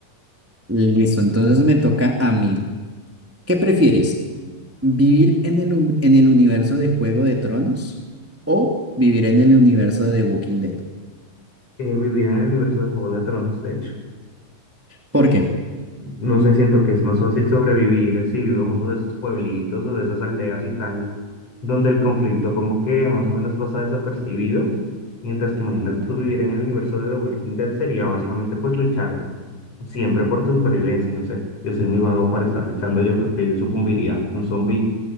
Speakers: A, in the centre; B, on the left.
A: Listo, entonces me toca a mí. ¿Qué prefieres? ¿Vivir en el, un- en el universo de Juego de Tronos o vivir en el universo de The Walking Dead?
B: Eh, vivir en el universo de Juego de Tronos, de hecho.
A: ¿Por qué?
B: No sé, siento que es más fácil sobrevivir si vivo en uno de esos pueblitos o de esas aldeas y tal, donde el conflicto como que más o menos pasa desapercibido, mientras que imagínate
A: Ujú.
B: tú vivir en el universo de The Walking Dead sería básicamente pues luchar Siempre por tu supervivencia, no sé. Yo soy muy vago para estar luchando. Yo creo que yo sucumbiría a un zombie